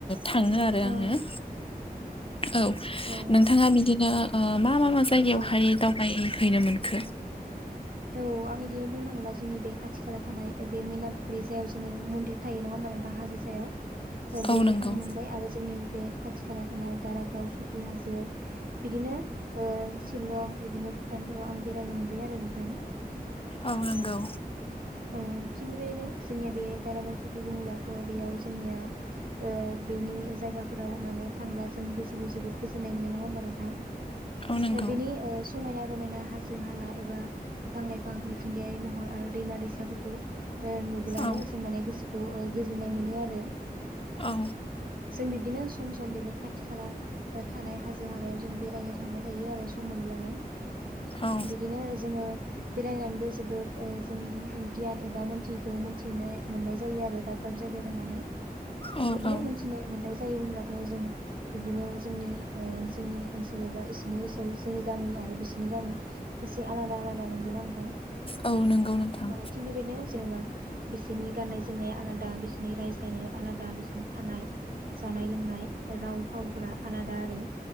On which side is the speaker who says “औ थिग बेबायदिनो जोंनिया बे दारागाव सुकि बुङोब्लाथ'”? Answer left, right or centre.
Right